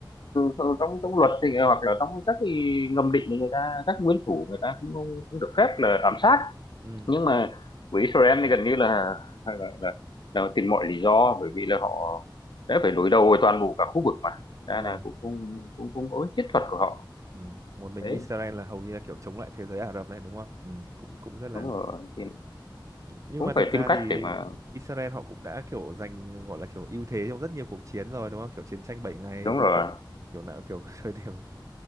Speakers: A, on the left; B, on the right.
A: ờ, trong trong luật thì hoặc là trong các cái ngầm định thì người ta các nguyên thủ người ta cũng, cũng được phép là ám sát
B: ừ
A: nhưng mà với Israel thì gần như là là, là, là tìm mọi lý do bởi vì là họ đã phải đối đầu với toàn bộ cả khu vực mà Thành ra
B: đúng rồi
A: là cũng cũng cũng, cũng có chiến thuật của họ
B: ừ một mình
A: đấy
B: Israel là hầu như là kiểu chống lại thế giới Ả Rập này đúng không ừ cũng cũng rất là
A: đúng rồi thì
B: nhưng
A: cũng
B: mà thực
A: phải
B: ra
A: tìm
B: thì
A: cách để mà
B: Israel họ cũng đã kiểu giành gọi là kiểu ưu thế trong rất nhiều cuộc chiến rồi đúng không kiểu chiến tranh bảy ngày
A: đúng rồi
B: kiểu nào kiểu <laughs> thời điểm